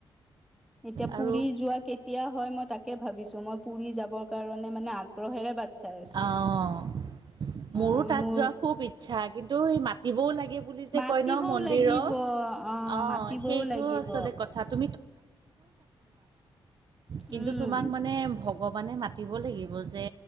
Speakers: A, in the centre; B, on the right.
A: এতিয়া
B: আৰু
A: পুৰি যোৱা কেতিয়া হয় মই তাকে ভাবিছো মই পুৰি যাবৰ কাৰণে মানে আগ্ৰহেৰে বাট চাই আছো
B: অঁ
A: অ
B: মোৰো তাত
A: মোৰ
B: যোৱা খুব ইচ্ছা কিন্তু সি মাতিবও লাগে বুলি যে
A: মাতিবও
B: কয় ন মন্দিৰৰ
A: লাগিব
B: অ
A: মাতিবও
B: সেইটো
A: লাগিব
B: আচলতে কথাটো
A: উম
B: কিন্তু তোমাক মানে ভগৱানে মাতিব লাগিব যে